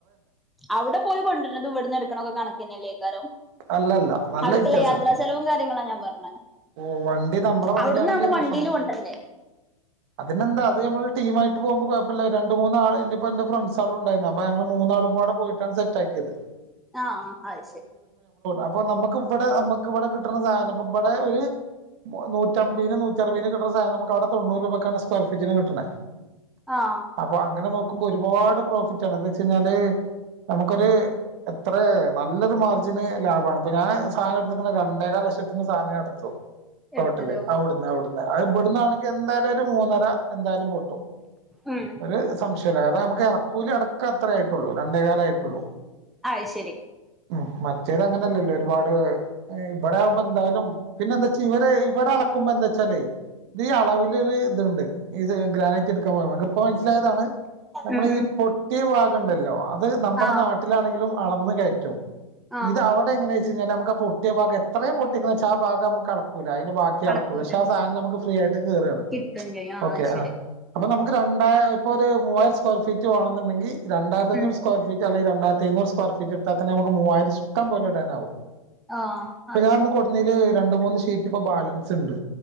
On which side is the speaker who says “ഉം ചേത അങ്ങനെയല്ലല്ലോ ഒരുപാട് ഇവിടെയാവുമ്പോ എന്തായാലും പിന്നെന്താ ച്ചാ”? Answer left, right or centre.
Right